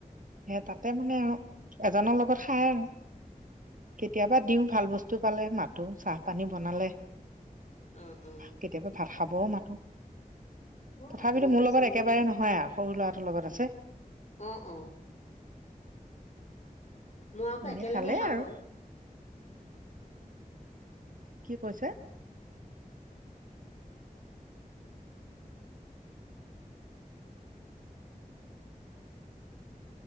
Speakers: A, on the right; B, on the left.
A: সেই তাতে মানে এজনৰ লগত খাই আৰু কেতিয়াবা দিওঁ ভাল বস্তু পালে মাতো চাহ পানী বনালে
B: অ অ
A: কেতিয়াবা ভাত খাবও মাতো
B: হ'ব
A: তথাপিতো
B: আৰু তেনেকে
A: মোৰ লগত
B: চলিলেই
A: একেবাৰে
B: হ'ল
A: নহয় আও সৰু ল'ৰাটোৰ লগত আছে
B: অ অ মই আকৌ
A: এনে
B: একেলগে
A: ভালেই
B: খাওঁ
A: আৰু
B: বাও
A: কি কৈছে